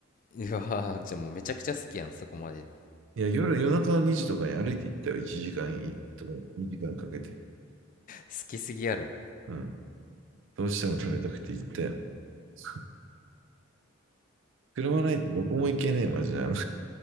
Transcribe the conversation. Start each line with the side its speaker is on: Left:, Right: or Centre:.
Left: うわー、じゃあもうめちゃくちゃ好きやん、そこまで。
Right: いや、夜、夜中の2時とかに歩いて行ったよ。1時間とか2時間かけて。
Left: 好きすぎやろ。
Right: うん。どうしても食べたくて行ったよ。<laughs> 車ないとどこも行けねえ、マジで。あの